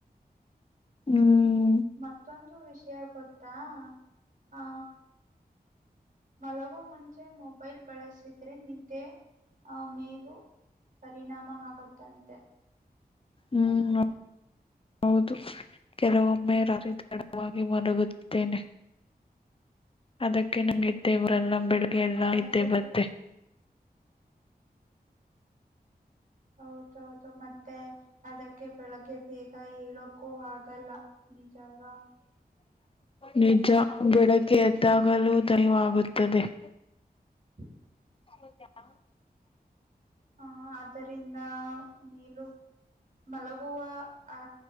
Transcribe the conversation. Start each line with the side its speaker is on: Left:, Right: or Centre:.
Left: ಹ್ಮ್
Right: ಮತ್ತೊಂದು ವಿಷಯ ಗೊತ್ತಾ ಆ ಮಲಗೋ ಮುಂಚೆ ಮೊಬೈಲ್ ಬಳಸಿದ್ರೆ ನಿದ್ದೆ ಆ ಮೇಲೂ ಪರಿಣಾಮ ಆಗುತ್ತಂತೆ
Left: ಹ್ಮ್ ಹೌದು ಕೆಲವೊಮ್ಮೆ ರರಿತಡವಾಗಿ <unintelligible> ಮಲಗುತ್ತೇನೆ ಅದಕ್ಕೆ ನಂಗಿದ್ದೆ ಇವರೆಲ್ಲ ಬೆಡ್ಗೆ
Right: ಹ್ಮ್,
Left: ಎಲ್ಲ
Right: ಅದಕ್ಕೆ
Left: ಇದ್ದೆ ಬತ್ತೆ
Right: ಬೆಳ- ಹೌದೌದು ಮತ್ತೆ ಅದಕ್ಕೆ ಬೆಳಗ್ಗೆ ಬೇಗ ಹೇಳಏಳೋ ಕಹಾಗಲ್ಲ ನಿಜವಾ
Left: ನಿಜ ಬೆಳಗ್ಕಗೆ ಎದ್ದಾಗಲೂ ದಯವಾಗುತ್ತದೆ <inaudible>
Right: ಹ್ಮ
Left: ದ <unintelligible>
Right: ಅ ಆದ್ದರಿಂದ ಮೇಲು ಮಲಗುವ ಆ